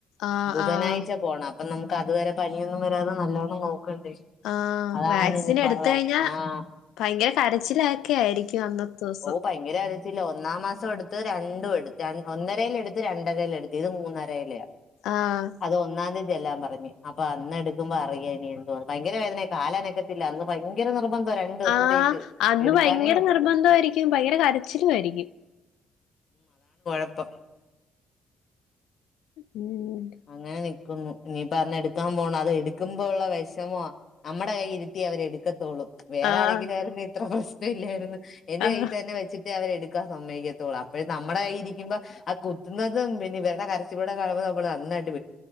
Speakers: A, on the left; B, on the left.
A: ആഹ്
B: ബുധനാഴ്ച
A: ആഹ്
B: പോണം. അപ്പ നമുക്ക്തുവരെ പണിയൊന്നും വരാതെ നല്ലോണം നോ ക്കണ്ട്
A: ആഹ്
B: അതാണ്
A: വാക്സിൻ
B: ഇനി ബ
A: എടുത്ത്
B: വാ
A: കഴിഞ്ഞാ
B: ആഹ്.
A: ഭയങ്കര കരച്ചിലൊക്കെ ആയിരിക്കും അന്നത്തെ ദിവസം
B: ഓ ഭയങ്കര <unintelligible> ഒന്നാം മാസം എടുത്തൊരാ രണ്ടും എടുത്ത് ഒന്നരെൽ എടുത്ത് രണ്ടരെൽ എടുത്ത് ഇത് മൂന്നരെയിലെയാ
A: ആഹ്
B: അത് ഒന്നാം തീതി എല്ലാം പറഞ്ഞു അപ്പൊ അന്ന് എടുക്കുമ്പോ അറിയെനി എന്തുവാന്ന് ഭയങ്കര വേദനയ കാലാനക്കത്തില്ല അന്ന് ഭയങ്കര നിർബൻ ഇപ്പ രണ്ടു ദിവസത്തേക്ക്
A: ആഹ് അന്ന്
B: എടുക്കാനേ
A: ഭയങ്കര
B: പറ്റത്തില്ല
A: നിർബന്ധമായിരിക്കും ഭയങ്കര കരച്ചിലും ആയിരിക്കും.
B: എപ്പോ?
A: ഉം
B: അങ്ങനെ നിക്കുന്നു നീ പറഞ്ഞ എടുക്കാൻ പോണം അത് എടുക്കുമ്പോ ഉള്ള വിഷമോ നമ്മുടെ കൈ ഇരുട്ടി അവരെ എടുക്കത്തൊുള്ളൂ വേറെ
A: ആഹ്
B: ആരെങ്കിലും ആരുന്നു ഇത്ര പ്രശ്നം ഇല്ലായിരുന്നു എറെ
A: ആഹ്
B: കയ്യിട്ട് തന്നെ വെച്ചിട്ട് അവരെ എടുക്കാൻ സമ്മയക്കത്തുള്ളൂ അപ്പോഴും നമ്മുടെ കയ്യി ഇരിക്കുമ്പോ ആ കുത്തുന്നതും പിന്നെ ഇവടെ കരച്ചിലൂടെ കളവ് നമ്മൾ ന്നായിട്ട്